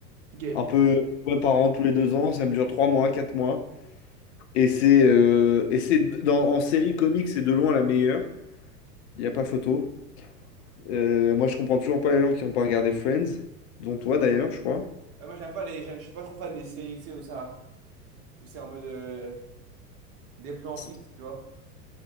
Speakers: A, on the right (about 30°); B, on the left (about 45°).
A: ok. Ouais,
B: Un peu ouais, par an, tous les deux ans, ça me dure trois mois, quatre mois. Et c'est euh, et c'est dans, en série comique, c'est de loin la meilleure. Il n'y a pas photo. Euh, moi, je comprends toujours pas les gens qui n'ont pas regardé Friends, dont toi d'ailleurs, je crois.
A: moi, j'aime pas les, j'aime- je suis pas trop fan des séries, tu sais, où ça, où c'est en mode euh, des plans
B: C'est-
A: fixes, tu vois.